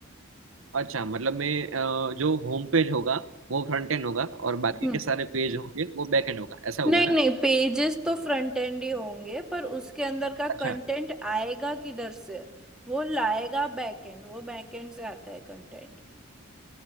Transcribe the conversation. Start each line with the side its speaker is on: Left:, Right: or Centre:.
Right: अच्छा मतलब मैं अ, जो होम पेज होगा वो फ्रंट एंड होगा और बाकी
Centre: हम्म
Right: के सारे पेज होंगे वो बैक एंड होगा ऐसा होगा
Centre: नहीं
Right: ना
Centre: नहीं पेजेस तो फ्रंट एंड ही होंगे पर उसके अंदर का
Right: अच्छा
Centre: कंटेंट आएगा किधर से वो लाएगा बैक एंड वो बैक एंड से आता है कंटेंट